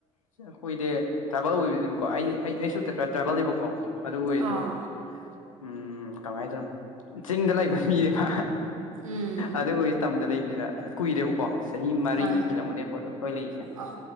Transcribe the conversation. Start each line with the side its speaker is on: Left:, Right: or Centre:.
Left: ꯁꯤ ꯑꯩꯈꯣꯏꯗꯤ ꯇ꯭ꯔꯥꯕꯦꯜ ꯑꯣꯏꯕꯅꯦꯕꯀꯣ ꯑꯩ ꯑꯩꯁꯨ ꯇ꯭ꯔꯥꯕꯦꯜꯅꯦꯕꯀꯣ ꯑꯗꯨ ꯑꯣꯏꯔꯁꯨ
Right: ꯑꯥ
Left: ꯎ ꯀꯃꯥꯏꯅ ꯇꯧꯅꯣ ꯆꯤꯡꯗ ꯂꯩꯕ ꯃꯤꯕ
Right: ꯎꯝ
Left: ꯑꯗꯨ ꯃꯣꯏꯒꯤ ꯇꯝꯗ ꯂꯩꯕꯅꯤꯅ ꯀꯨꯏꯔꯦꯕꯀꯣ ꯆꯍꯤ ꯃꯔꯤ
Right: ꯍꯣꯏ
Left: ꯍꯤꯜꯂꯝꯕꯅꯦꯈꯣꯏ ꯑꯩꯈꯣꯏ ꯂꯩꯔꯤꯁꯦ
Right: ꯑꯥ